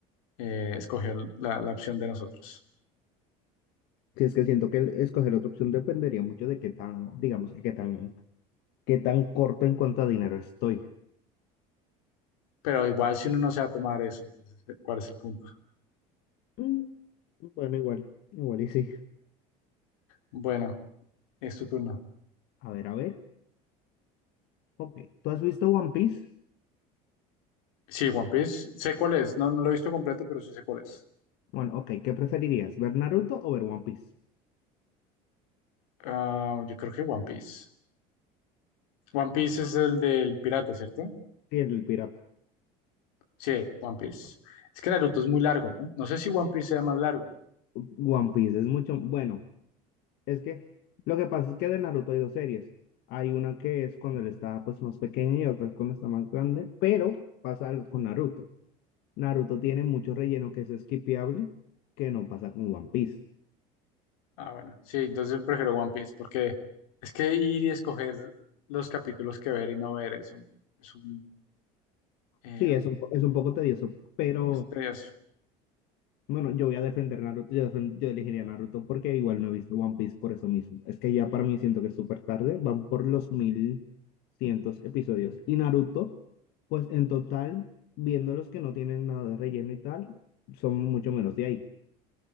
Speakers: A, on the left; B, on the left.
A: eh, escogió la, la opción de nosotros.
B: Si es que siento que el escoger otra opción dependería mucho de qué tan, digamos que qué tan, qué tan corto en cuanto a dinero estoy.
A: Pero igual si uno no se va a tomar eso, entonces, eh, ¿cuál es el punto?
B: Mm, bueno, igual, igual y sí.
A: Bueno, es tu turno.
B: A ver, a ver. Ok, ¿tú has visto One Piece?
A: Sí, One Piece, sé cuál es, no, no lo he visto completo, pero sí sé cuál es.
B: Bueno, ok, ¿qué preferirías? ¿Ver Naruto o ver One Piece?
A: Ah, yo creo que One Piece. One Piece es el del pirata, ¿cierto?
B: Sí, el pirata.
A: Sí, One Piece. Es que Naruto es muy largo, ¿no? No sé si One Piece sea más largo.
B: One Piece es mucho, bueno, es que lo que pasa es que de Naruto hay dos series. Hay una que es cuando él está pues más pequeño y otra es cuando está más grande, pero pasa algo con Naruto. Naruto tiene mucho relleno que es skipeable, que no pasa con One Piece.
A: Ah, bueno, sí, entonces prefiero One Piece porque es que ir y escoger los capítulos que ver y no ver es un, es un eh,
B: Sí, es un, po- es un poco tedioso, pero
A: es tedioso.
B: bueno, yo voy a defender Naruto, yo, defen- yo elegiría Naruto porque igual no he visto One Piece por eso mismo. Es que ya para mí siento que es súper tarde, van por los mil cientos episodios. Y Naruto, pues en total, viendo los que no tienen nada de relleno y tal, son mucho menos de ahí.